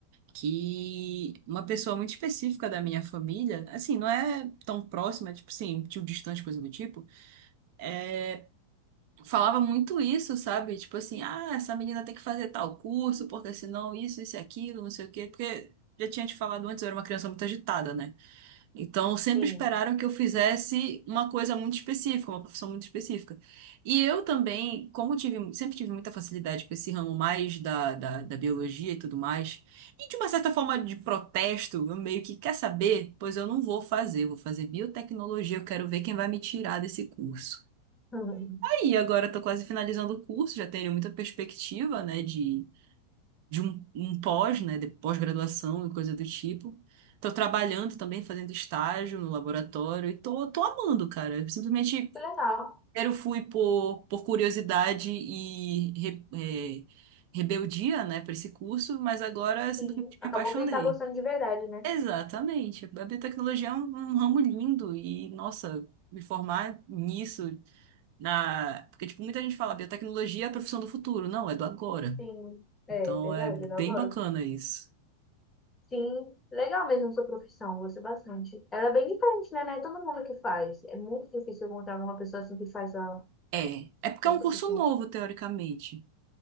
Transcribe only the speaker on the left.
sim.
<laughs> Uhum.
Que legal.
Sim. Acabou
que ele tá gostando de verdade, né?
Sim. É,
verdade,
ele agora.
Sim, legal mesmo sua profissão, gostei bastante. Ela é bem diferente, né? Não é todo mundo que faz. É muito difícil encontrar uma pessoa assim que faz a
sua
profissão.